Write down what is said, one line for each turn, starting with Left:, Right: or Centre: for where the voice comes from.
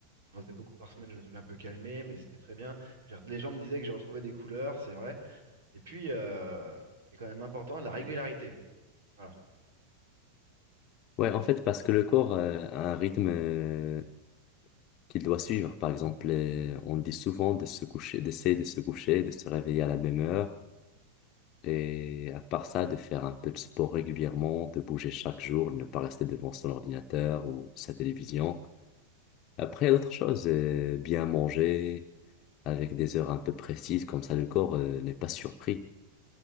Right: J'en faisais beaucoup par semaine, je me suis un peu calmé, mais c'était très bien. J'ai- Les gens me disaient que j'ai retrouvé des couleurs, c'est vrai. Et puis, euh, c'est quand même important, la régularité. Voilà,
Left: Ouais, en fait, parce que le corps euh, a un rythme. euh, qu'il doit suivre. Par exemple, les- on dit souvent de se coucher, d'essayer de se coucher, de se réveiller à la même heure. Et à part ça, de faire un peu de sport régulièrement, de bouger chaque jour, de ne pas rester devant son ordinateur ou sa télévision. Après, il y a d'autres choses, euh, bien manger avec des heures un peu précises, comme ça le corps, euh, n'est pas surpris.